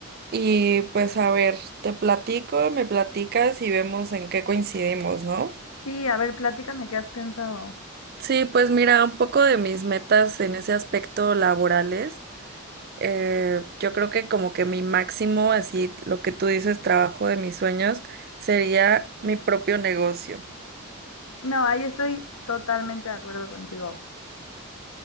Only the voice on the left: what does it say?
Sí, a ver, platícame qué has pensado.
No, ahí estoy totalmente de acuerdo contigo.